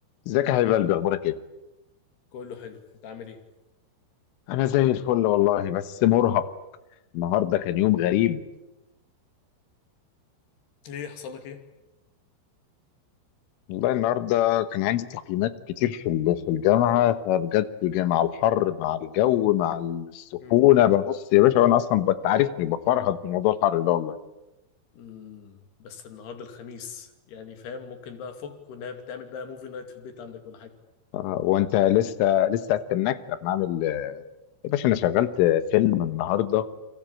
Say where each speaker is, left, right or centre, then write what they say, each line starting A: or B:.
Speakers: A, on the left; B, on the left.
A: ازيك يا حبيب قلبي اخبارك ايه؟
B: كله حلو انت عامل ايه
A: انا زي الفل والله بس مرهق النهارده كان يوم غريب
B: ليه حصل لك ايه
A: والله النهارده كان عندي تقييمات كتير في ال- في الجامعه فبجد جا- مع الحر مع الجو مع السخونه
B: امم
A: ببص يا باشا وانا اصلا بت- عارفني بفرهد من موضوع الحر ده والله
B: امم بس النهارده الخميس يعني فاهم ممكن بقى فك ونام تعمل بقى موفي نايت في البيت عندك ولا حاجه
A: آه، وانت لسه لسه استناك لما اعمل آه، يا باشا انا شغلت فيلم النهارده